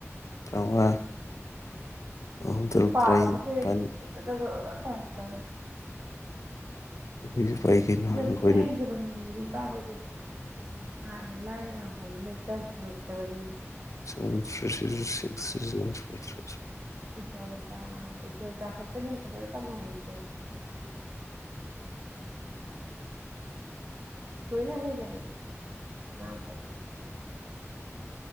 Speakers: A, on the left (about 85°); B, on the right (about 55°).
A: ꯇꯔꯥꯃꯉꯥ ꯑꯍꯨꯝ ꯇꯔꯨꯛ
B: ꯄꯥꯕꯒꯁꯦ
A: ꯇꯔꯥꯅꯤꯄꯥꯟ
B: ꯍꯦꯛꯇꯗꯒ ꯑ ꯇ ꯇꯅꯦ
A: ꯑꯩꯈꯣꯏꯁꯨ ꯄꯥꯏ ꯀꯩꯅꯣ
B: ꯃꯔꯤꯛꯇ
A: ꯑꯩꯈꯣꯏꯅ
B: ꯍꯥꯏꯖꯕ ꯃꯤ ꯏꯄꯥꯈꯣꯏꯗꯤ ꯎ ꯍꯥꯟꯅ ꯂꯥꯏꯔꯔꯝꯕꯒꯤ ꯂꯩꯇ ꯐꯣꯂꯛꯇꯕꯅꯤ
A: INAUDIBLE
B: ꯏ ꯂꯤ ꯆꯣ ꯗꯀꯗꯅꯦ ꯐꯁ ꯃꯥꯣꯜꯁ ꯣꯏꯂ ꯍꯗꯅꯤꯝ ꯐ